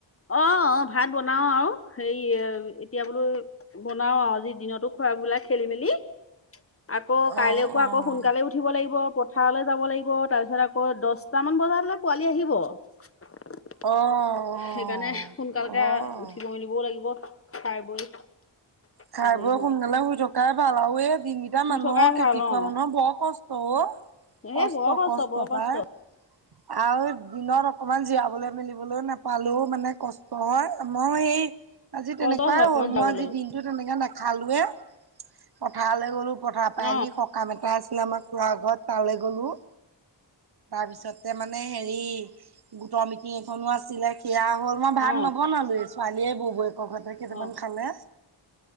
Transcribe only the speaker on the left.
অ অ ভাত বনাও আৱ হেৰি এতিয়া বোলো বনাও আৰু আজি দিনতো খোৱা বলা খেলি মেলি আকৌ কাইলে
পুৱা
আকৌ সোনকালে উঠি উঠিব লাগিব পথাৰলৈ যাব লাগিব তাৰপিছত আকৌ দহটামান বজালে পোৱালী আহিব সেইকাৰণে
তেতিয়ালৈকে
উঠিব মেলিবও লাগিব খাই বৈ
আজৰি
হওঁ
শুই
থকাই
ভাল
অ
সেই
বৰ
বৰ
<unintelligible>
কষ্ট
হয় অকমান
যাবলৈও
অ
অ
অ